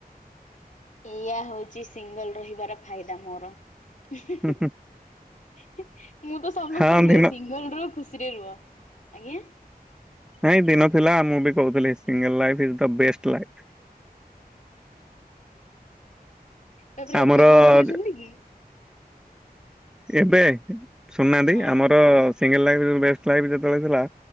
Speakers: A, on the left (about 50°); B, in the centre.
A: ଏଇଆ ହଉଛି ସିଙ୍ଗଲ ରହିବାର ଫାଇଦା ମୋର। ମୁଁ ତ
B: ହୁଁ ହୁଁ
A: ସମସ୍ତଙ୍କୁ
B: ହଁ
A: କୁହେ
B: ଦିନ
A: ସିଙ୍ଗଲର ଖୁସି ସିରେ ରୁହ ଆଜ୍ଞା।
B: ନାଇଁ ଦିନ ଥିଲା ମୁଁ ବି କହୁଥିଲି single life is the best life.
A: ତାପରେ
B: ଆମର
A: ଏବେ କଣ କହୁଛନ୍ତି କି?
B: ଏବେ ଶୁଣୁନାହାନ୍ତି
A: ହଁ
B: ଆମର ସିଙ୍ଗଲ ଲାଇଫ ବେଷ୍ଟ୍ ଲାଇଫ ଯେତେବେଳେ ଥିଲା